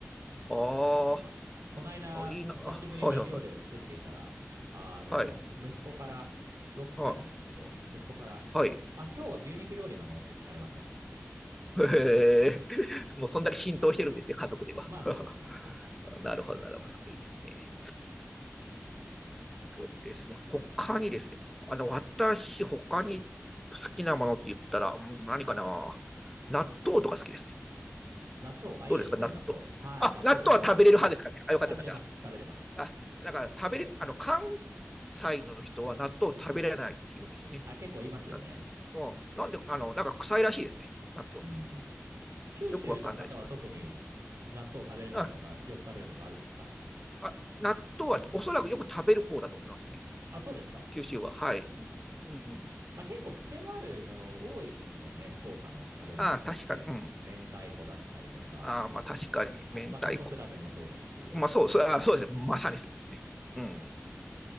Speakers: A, in the centre; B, on the right (about 70°).
A: あ
B: はい。この間、
A: ーあ、いいな。
B: 久しぶりに料理を作っていたら、
A: あ、はいはい。
B: あの、
A: はい。
B: 息子から、6歳なんですけど、
A: はい。
B: 息子から、
A: はい。
B: あ、今日は牛肉料理なのって聞かれましたね。
A: へえ。<laughs> もうそんだけ浸透してるんですね、家族では。
B: まあそうですね。
A: <laughs>
B: はい。
A: なるほど、なるほど。いいですね。とですね、他にですね、あの、私、他に好きなものって言ったら、うん何かな納豆とか好きですね。
B: 納豆、あ、いいですね、
A: どうですか、納豆。
B: 納豆。はい、
A: あ、
B: 納豆僕も好きです。
A: 納豆は食べれる派ですかね。あ、よかったよかった。
B: 食べれます、食べれます。
A: あ、だから食べれ、あの、関西の人は納豆を食べれないっていうんですよね。
B: あ、結構言いますよね。
A: 納豆なんで、あの、なんか臭いらしいですね。納豆って。
B: うん。九州の方は特に納豆食べれないとか、
A: よくわかんないですか。あ、
B: よく食べるとかあるんですか
A: あ納豆はおそらくよく食べる方だと思いますね。
B: あ、そうですか。
A: 九州は。はい。
B: うんうん。
A: うん。
B: まあ、結構癖のあるもの多いですもんね、福岡の食べ物って。
A: ああ、確かに、うん。
B: 明太子だったりとか、
A: ああ、まあ確かに、
B: はい、
A: 明太子。
B: まあ、豚骨ラーメンもそうですし、
A: まあそう、そうあそうですね。まさにそうですね。うん。